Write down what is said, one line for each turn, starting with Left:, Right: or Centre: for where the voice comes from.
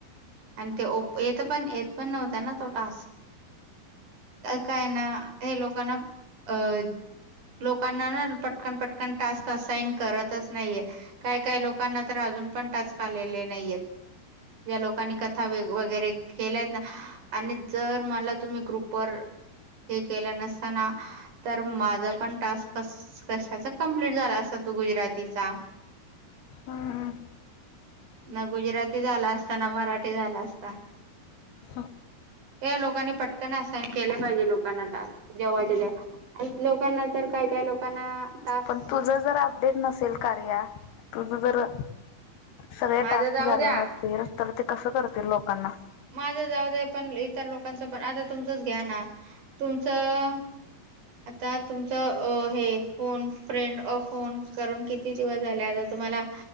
Right: आणि त्यो-ओप-येत पण येत पण नव्हत ना तो टास्क काय ना हे लोकांना अं लोकांना ना पटकन पटकन टास्क असाईन करतच नाहीये काय काय लोक कांना तर अजून पण टास्क आलेले नाहीयेत या लोकांनी कथा वेग-वगैरे केल्यायत ना आणि जर मला तुम्ही ग्रुपवर हे केलं नसतना तर माझ पण टास्क कस-कशाच कंप्लीट झाला असत. तू गुजरातीचा
Left: हम्
Right: ना गुजराती झाला असता ना मराठी झाला असता
Left: हो
Right: हे लोकांनी पटकन असाइन केले पाहिजे लोकांना टास्क जेव्हाच्या जव आणि लोकांना तर काय काय लोकांना टास्क
Left: पण तुझं जर अपडेट नसेल कार्या तुझ जर सगळे
Right: माझं
Left: टास्क
Right: जाऊ
Left: झाले
Right: द्या
Left: नसतील तर ते कसं करतील लोकांना
Right: माझं जाऊदे पण इतर लोकांच पण आता तुमचच घ्या ना तुमचं आता तुमच हे फोन फ्रेंड फोन करून किती दिवस झाले तुम्हाला